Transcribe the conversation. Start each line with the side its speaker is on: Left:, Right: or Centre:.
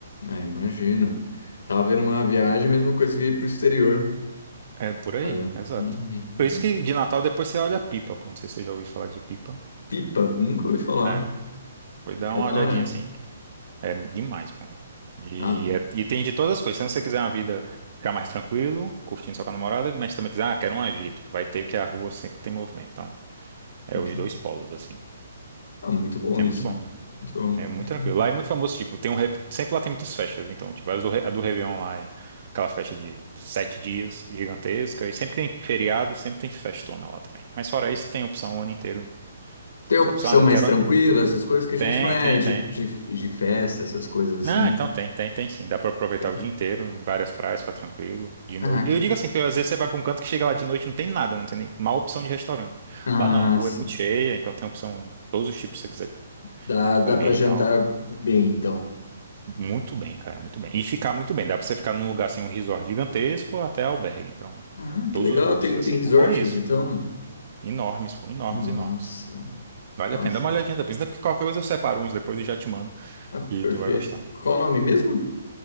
Left: é, imagino. Tava vendo uma viagem, mesma coisa que ir pro exterior.
Right: É por aí,
Left: sabe?
Right: exato.
Left: Hum, hum, hum.
Right: Por isso que de Natal depois você olha a pipa, pô. Não sei se você já ouviu falar de pipa.
Left: Pipa, nunca ouvi falar.
Right: É. Foi dar
Left: É
Right: uma
Left: da
Right: olhadinha
Left: hora.
Right: assim. É demais, pô. E,
Left: Ah, bom.
Right: é- e tem de todas as coisas. Se você quiser uma vida ficar mais tranquilo, curtindo só com a namorada, mas também quiser, ah, quero um agito. Vai ter que a rua sempre tem movimento. Então, é
Left: ok.
Right: os dois polos, assim.
Left: Ah, muito bom
Right: É
Left: isso.
Right: muito bom.
Left: Muito bom,
Right: É muito
Left: muito
Right: tranquilo.
Left: bom.
Right: Lá é muito famoso, tipo, tem um. re- Sempre lá tem muitas festas. Então, tipo, a do, Re- a do Réveillon lá é aquela festa de sete dias, gigantesca. E sempre tem feriado, sempre tem festona lá também. Mas fora isso, tem opção o ano inteiro.
Left: Tem opção
Right: Se a pessoa, ah, não
Left: mais
Right: quero.
Left: tranquila, essas coisas, que a
Right: Tem,
Left: gente não é
Right: tem,
Left: de,
Right: tem.
Left: de, de festa, essas coisas
Right: Ah,
Left: assim.
Right: então tem, tem, tem sim. Dá pra aproveitar
Left: Entendi.
Right: o dia inteiro, em várias praias, ficar tranquilo, de
Left: Ah,
Right: noite.
Left: que
Right: Eu digo assim, porque às vezes você vai pra um canto que chega lá de noite e não tem nada, não tem nem mal opção de restaurante.
Left: Ah,
Right: Lá não, a rua
Left: sim.
Right: é muito cheia, então tem opção, todos os tipos que você quiser
Left: Dá,
Right: comer
Left: dá para jantar
Right: e tal.
Left: bem, então.
Right: Muito bem, cara, muito bem. E ficar muito bem. Dá pra você ficar num lugar assim, um resort gigantesco ou até albergue. Então,
Left: Ah,
Right: todos
Left: que legal.
Right: os bolsos,
Left: Tem,
Right: assim.
Left: tem resorts,
Right: O bom é isso.
Left: então?
Right: Enormes, pô, enormes,
Left: Nossa,
Right: enormes. Vale
Left: nossa.
Right: a pena. Dá uma olhadinha depois. Daqui qualquer coisa eu separo uns depois e já te mando,
Left: Ah,
Right: que
Left: perfeito.
Right: tu vai gostar.
Left: Qual o nome mesmo?